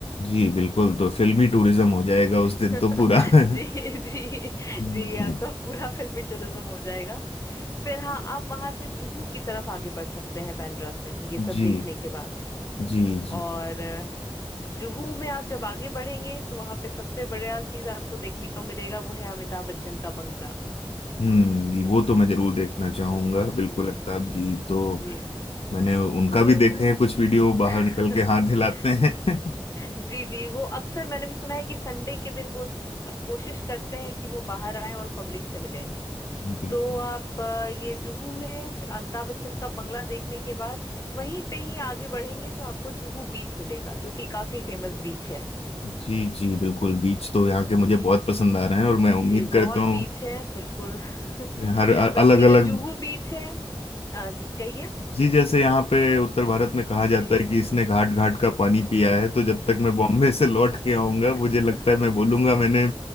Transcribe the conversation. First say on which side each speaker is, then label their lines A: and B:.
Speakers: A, on the left; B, on the left.
A: जी बिल्कुल तो फिल्मी टूरिज्म हो जाएगा उस
B: <laughs>
A: दिन तो पूरा <laughs>
B: जी जी
A: हम्म,
B: जी ये आपका पूरा फिल्मी टूरिज्म हो जाएगा फिर हाँ आप वहां से जुहू की तरफ आगे बढ़ सकते हैं बांद्रा से ये सब
A: जी
B: देखने के बाद
A: जी जी
B: और अ, जुहू में आप जब आगे बढ़ेंगे तो वहां पे सबसे बड़ा चीज आपको देखने का मिलेगा वो है अमिताभ बच्चन का बंगला
A: हम्म जी वो तो मैं जरूर देखना चाहूंगा
B: जी
A: बिल्कुल अमिताभ जी तो
B: जी
A: मैंने उनका
B: तो
A: भी देखे हैं कुछ वीडियो
B: <laughs>
A: बाहर निकल के हाथ हिलाते हैं <laughs>
B: जी जी वो अक्सर मैंने भी सुना है कि संडे के दिन वो अ, कोशिश करते हैं कि वो बाहर आए और पब्लिक से मिले
A: बिल्कुल
B: तो आप अ, ये जुहू में अमिताभ बच्चन का बंगला देखने के बाद वहीं पे ही आगे बढ़ेंगे तो आपको जुहू बीच मिलेगा जो कि काफी फेमस बीच है
A: जी जी बिल्कुल बीच तो यहाँ के मुझे
B: जी
A: बहुत पसंद आ रहे हैं और मैं उम्मीद
B: जी
A: करता
B: बहुत
A: हूँ
B: बीच है बिल्कुल <laughs>
A: हर अलग
B: बट ये जो
A: अलग
B: जुहू बीच है हाँ जी कहिए
A: जी जैसे यहाँ पे उत्तर भारत में कहा जाता
B: जी
A: है कि इसने घाट घाट का पानी पिया है तो जब तक मैं बॉम्बे से लौट के आऊंगा मुझे
B: <laughs>
A: लगता है मैं बोलूंगा मैंने